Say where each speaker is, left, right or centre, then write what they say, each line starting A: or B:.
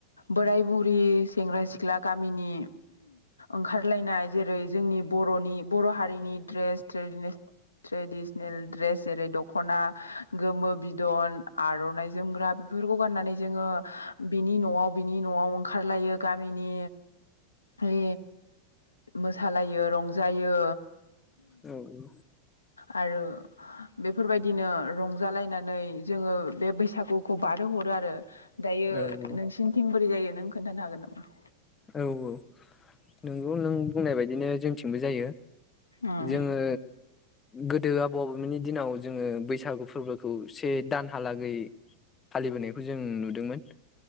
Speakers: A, on the left; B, on the left.
A: बोराय बुरि सेंग्रा सिख्ला गामिनि ओंखारलायनाय जेरै जोंनि बरनि बर' हारिनि ड्रेस ट्रेडिनेसनेल ट्रेडिसनेल द्रेस जेरै दख'ना गोमो बिदन आर'नाइ जोमग्रा बेफोरखौ गाननानै जोङो बिनि न'आव बिनि न'आव ओंखारलायो गामिनि ओ मोसालायो रंजायो।
B: औ औ
A: आरो बेफोरबायदिनो रंजालायनानै जोंङो बे बैसागुखौ बारहो हरो आरो। दायो
B: औ औ
A: नोंसिनिथिं बोरै जायो नों खोन्थानो हागोन नामा?
B: औ औ नोंगौ नों बुंनाय बायदिनो जोंथिंबो जायो
A: उम
B: जोंङो गोदो आबौ-आबैमोननि दिनाव जोंङो बैसागु फोरबोखौ से दानहालागै फालिबोनायखौ जों नुदोंमोन।